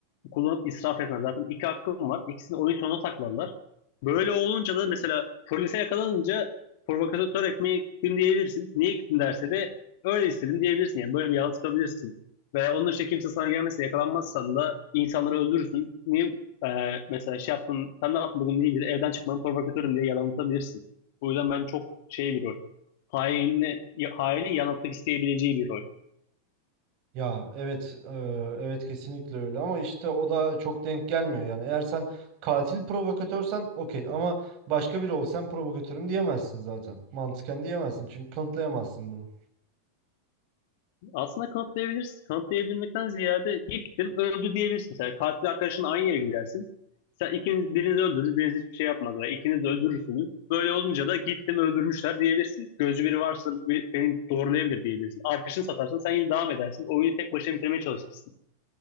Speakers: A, on the left; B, on the right.
A: kullanıp israf etmez. Zaten iki hakkım var. İkisini oyun sonuna saklarlar. Böyle olunca da mesela polise yakalanınca provokatör ekmeği gittim diyebilirsin. Niye gittin derse de öyle istedim diyebilirsin. Yani böyle bir yalan çıkabilirsin. Veya onun dışında kimse sana gelmezse yakalanmazsan da insanları öldürürsün. Niye e, mesela şey yaptın, sen ne yaptın bugün deyince de evden çıkmanın provokatörüm diye yalan atabilirsin. O yüzden ben çok şey bir rol. Haini, hainin yalan atmak isteyebileceği bir rol.
B: Ya evet e, evet kesinlikle öyle ama işte o da çok denk gelmiyor yani eğer sen katil provokatörsen okey ama başka biri olsan provokatörüm diyemezsin zaten mantıken diyemezsin çünkü kanıtlayamazsın bunu.
A: Aslında kanıtlayabilirsin. Kanıtlayabilmekten ziyade gittin öldü diyebilirsin. Sen katil arkadaşınla aynı yere gidersin. Sen ikiniz birinizi öldürür, biriniz hiçbir şey yapmadı. Yani İkiniz de öldürürsünüz. Böyle olunca da gittim öldürmüşler diyebilirsin. Gözcü biri varsa bi- beni doğrulayabilir diyebilirsin. Arkadaşını satarsın sen yine devam edersin. Oyunu tek başına bitirmeye çalışırsın.